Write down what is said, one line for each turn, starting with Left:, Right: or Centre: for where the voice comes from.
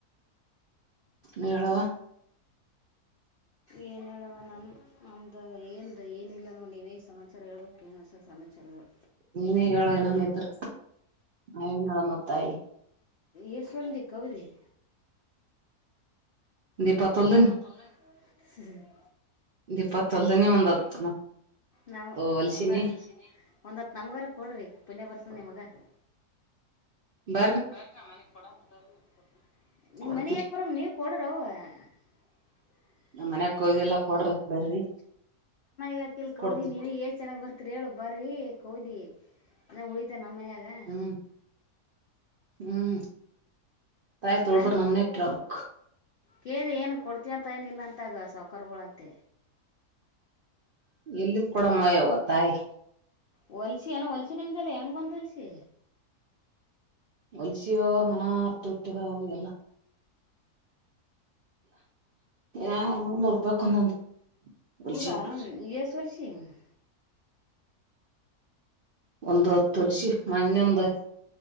Right: ಹೇಳವಾ
Left: ಏನ್ ಹೇಳವ ನಾನು ನಮ್ದ ಏನು ಏನಿಲ್ಲ ನೋ ಟಿವಿಯ ಸಮಾಚಾರ ಹೇಳ್ಬೇಕು ಹೊಸ ಸಮಚಾರಗಳು
Right: ನೀವೇ ಹೇಳ ನಮ್ಮಿದರು ಆನಳ ಮತ್ತಾಯಿ <inaudible>
Left: ಎ ಸಂದ ಕವರಿ <unintelligible>
Right: ದೀಪತ್ತೊಲ್ದನ್
Left: ದೀಪ ತಲ್ಲದೆನ <unintelligible>
Right: ದೀಪತ್ತೊಲ್ದನಿ
Left: ಇಪ್ಪ
Right: ಒಂದ್
Left: ಒ
Right: ಹತ್
Left: ನಾವು
Right: ಹೊಲ್ಸಿನಿ
Left: ಒಂದ <unintelligible> ಒಂದು ಹತ್ತು ನಮ್ಗಾರ ಕೊಡ್ರಿ ಪುಣ್ಯ ಬರ್ಸ ನಿಮ್ಗೆ <inaudible>
Right: ಬ
Left: ಬಾ ಬರ್ರಿ ಮನೆಗೆ ನೀವ್
Right: ಕೊಡ್ತಿವಿ
Left: ಮನ ಯಾಕ ಬರ ನೀವ ಕೊಡ್ರ ಅವ <unintelligible> <unintelligible>
Right: ನಮ್ ಮನ್ಯಾಗ ಕೋದಿಲ್ಲ
Left: ಮನೆ
Right: ಕೊಡ್ರತ್ ಬರ್ರಿ
Left: ಹಾಕ ಕೋಿ
Right: ಕೊಡ್ತಿವಿ
Left: ನೀವ ಏ ಚನ್ನಾಗ್ ಬರ್ತೀರಿ ಹೇಳ ಬರ್ <unintelligible> ಕೌದಿ ಉಳಿತ ನಮ್ಮ ಮನ್ಯಾಗ
Right: ಹ್ಮ್ ಹ್ಮ್ ತಾಯಿ ತೊಳದ್ರ
Left: ನಾ
Right: ನಮನೆ ಕೇಳಕ್
Left: ಕೇಳಿದೆ ಏನು ಕೊಡ್ತೀವಂತ ಏನಿಲ್ಲ ಅಂತಾಗ ಸಾವಕರ್ಗಳಂತೆ
Right: ಎಲ್ಲಿಂದ ಕೊಡವನ ತಾಯಿ
Left: ಹೊಲಸಿ ಏನೋ ಹೊಲ್ಸಿನಂತಲ್ಲ ಹೆಂಗೊಂದು ಹೊಲಸಿ
Right: ಹೊಲ್ಸಿಯೋ ಮನ ಅರ್ತ ಇಟ್ಟಿದ ಎಲ್ಲ ಯಾ ಮುನ್ನೂರು ರೂಪಾಯಕ್ ಒಂದೊಂದ್ ಹೊಲ್ಸಿವ್
Left: ದಾ
Right: ನೋಡ್
Left: ಎ ಸಲ್ <unintelligible> ಚೀನ್ <inaudible>
Right: ಒಂದು ತೊಳಸ <unintelligible>